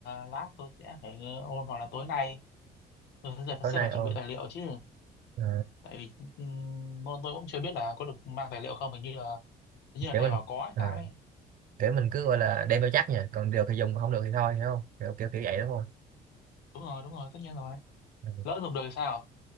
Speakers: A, on the left (about 80°); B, on the right (about 55°).
A: lát tôi sẽ phải ờ, ôn hoặc là tối nay tôi sẽ,
B: tối
A: sẽ
B: nay
A: phải chuẩn
B: ờ
A: bị tài liệu chứ
B: ờ,
A: tại vì ừm, môn tôi cũng chưa biết là có được mang tài liệu không hình như là Hình như là
B: kiểu
A: thầy
B: mình
A: bảo có hay
B: ờ,
A: sao ấy.
B: kiểu mình cứ gọi là đem theo chắc nha còn được thì dùng còn không được thì thôi hiểu không kiểu kiểu kiểu vậy đúng không
A: Đúng rồi, đúng rồi, tất nhiên rồi.
B: Ừ.
A: Lỡ dùng được thì sao?